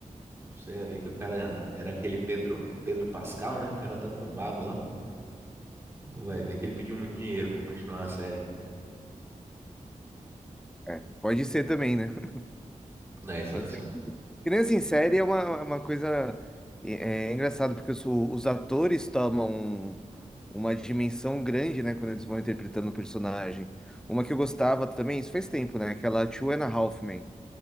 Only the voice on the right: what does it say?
Você vai ver que o cara era aquele Pedro, Pedro Pascal, né? O cara tá bombado lá. Vai ver que ele pediu muito dinheiro pra continuar a série.
É, isso,
isso,